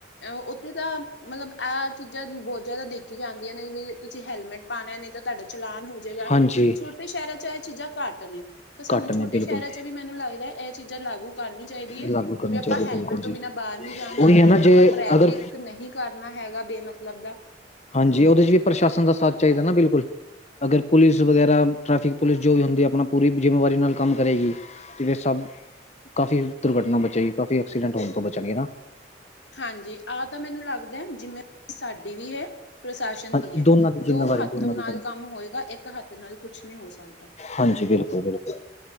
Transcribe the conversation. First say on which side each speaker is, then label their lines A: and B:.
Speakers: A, on the left; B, on the left.
A: ਅ ਉੱਥੇ ਤਾਂ ਮਤਲਬ ਇਹ ਚੀਜ਼ਾਂ ਬਹੁਤ ਜ਼ਿਆਦਾ ਦੇਖੀਆਂ ਜਾਂਦੀਆਂ ਨੇ ਵੀ ਤੁਸੀਂ ਹੈਲਮੇਟ ਪਾਉਣਾ ਨਹੀਂ ਤਾਂ ਤੁਹਾਡਾ ਚਲਾਨ ਹੋਜਏਗਾ,
B: ਹਾਂਜੀ
A: ਛੋਟੇ ਸ਼ਹਿਰਾਂ ਚ ਇਹ ਚੀਜ਼ਾਂ ਘੱਟ ਨੇ। ਤਾਂ ਸਾਨੂੰ
B: ਘੱਟ ਨੇ
A: ਛੋਟੇ
B: ਬਿਲਕੁਲ
A: ਸ਼ਹਿਰਾਂ ਚ ਵੀ ਮੈਨੂੰ ਲੱਗਦਾ ਹੈ ਇਹ ਚੀਜ਼ਾਂ ਲਾਗੂ ਕਰਨੀ ਚਾਹੀਦੀ ਹੈ,
B: ਲਾਗੂ ਕਰਨੇ
A: ਵੀ ਆਪਾਂ
B: ਚਾਹੀਦੇ
A: ਹੈਲਮੇਟ
B: ਬਿਲਕੁਲ ਜੀ
A: ਤੋਂ ਬਿਨਾਂ ਬਾਹਰ ਨੀ ਜਾਣਾ
B: ਉਹੀ ਹੈ ਨਾ
A: ਆਪਾਂ
B: ਜੇ
A: ਟ੍ਰੈਫਿਕ
B: ਅਗਰ
A: ਨਹੀਂ ਕਰਨਾ ਹੈਗਾ ਬੇਮਤਲਬ ਦਾ,
B: ਹਾਂਜੀ, ਉਹਦੇ ਚ ਵੀ ਪ੍ਰਸ਼ਾਸਨ ਦਾ ਸਾਥ ਚਾਹੀਦਾ ਨਾ ਬਿਲਕੁਲ। ਅਗਰ ਪੁਲਿਸ ਵਗੈਰਾ ਟ੍ਰੈਫਿਕ ਪੁਲਿਸ ਜੋ ਵੀ ਹੁੰਦੀ ਆਪਣਾ ਪੂਰੀ ਜਿੰਮੇਵਾਰੀ ਨਾਲ ਕੰਮ ਕਰੇਗੀ ਤੇ ਸਭ, ਕਾਫ਼ੀ ਦੁਰਘਟਨਾ ਬਚੇਗੀ ਕਾਫੀ ਐਕਸੀਡੈਂਟ ਹੋਣ ਤੋਂ ਬਚਣ ਗੇ ਨਾ।
A: ਹਾਂਜੀ, ਆਹ ਤਾਂ ਮੈਨੂੰ ਲੱਗਦਾ ਜਿਵੇਂ ਸਾਡੀ ਵੀ ਹੈ, ਪ੍ਰਸ਼ਾਸਨ
B: ਹਾਂ
A: ਦੀ ਹੈ
B: ਦੋਨਾਂ ਜਿੰਮੇਵਾਰੀ
A: ਦੋ ਹੱਥੋ
B: ਦੋਨਾਂ
A: ਨਾਲ਼
B: ਦੀ ਬਣਦੀ
A: ਕੰਮ ਹੋਏਗਾ ਇੱਕ ਹੱਥ ਨਾਲ ਕੁਛ ਨੀ ਹੋ ਸਕਦਾ।
B: ਹਾਂਜੀ, ਬਿਲਕੁਲ-ਬਿਲਕੁਲ।